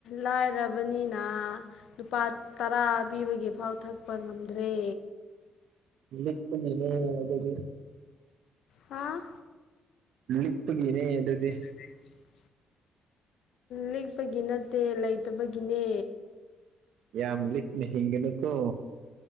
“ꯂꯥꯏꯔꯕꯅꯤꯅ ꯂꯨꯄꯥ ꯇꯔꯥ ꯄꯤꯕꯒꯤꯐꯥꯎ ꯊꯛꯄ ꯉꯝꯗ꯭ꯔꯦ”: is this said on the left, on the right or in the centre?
Left